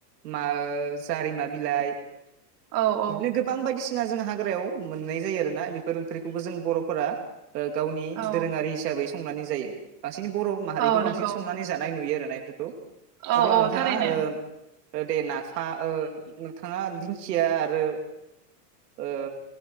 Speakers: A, on the right; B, on the right.
A: मा ओ जारिमा बिलाइ
B: औ औ
A: इदिनो गोबां बायदिसिन ना जों हाग्रायाव मोननाय जायो आरोना बेफोर ओंख्रिखौबो जों बर'फोरा ओह गावनि
B: औ
A: दोरोङारि हिसाबै <unintelligible> जायो <unintelligible> बर' माहारिखौ
B: औ
A: बांसिन
B: नंगौ
A: संनानै जानाय नुयो आरोना। <unintelligible>
B: औ
A: अब्ला
B: औ
A: नोंथाङा
B: थारैनो
A: ओम ओ दे नाफा ओ नोंथाङा दिंखिया आरो ओ